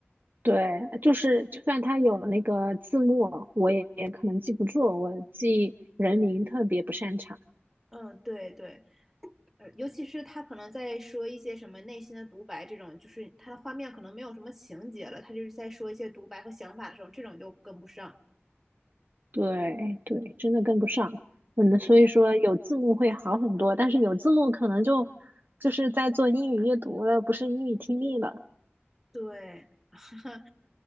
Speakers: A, on the right; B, in the centre.
A: 对，就是就算它有那个字幕，我也也可能记不住，我记人名特别不擅长。
B: 嗯，对对，呃，尤其是他可能在说一些什么内心的独白这种，就是他的画面可能没有什么情节了，他就是在说一些独白和想法的时候，这种就跟不上。
A: 对对，真的跟不上。
B: 嗯，
A: 嗯，所以说有字幕会好很多，但是有字幕可能就就是在做英语阅读了，不是英语听力了。
B: 对，<laughs>